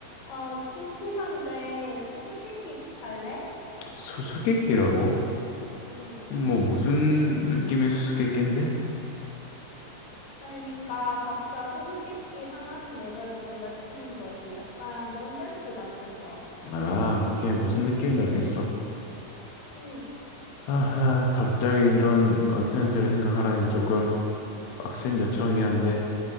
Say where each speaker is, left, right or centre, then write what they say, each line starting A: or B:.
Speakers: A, on the left; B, on the left.
A: 어, 심심한데 수수께끼 할래?
B: 수수께끼라고?
A: 음,
B: 뭐 무슨 느낌의 수수께끼인데?
A: 그러니까 각자 수수께끼 하나씩 내가지고 맞추는 거지. 약간 넌센스 같은 거.
B: 아, 오케이. 무슨 느낌인지 알겠어.
A: 음,
B: 아하, 갑자기 이런 넌센스를 생각하라니 조금 빡센 요청이긴 한데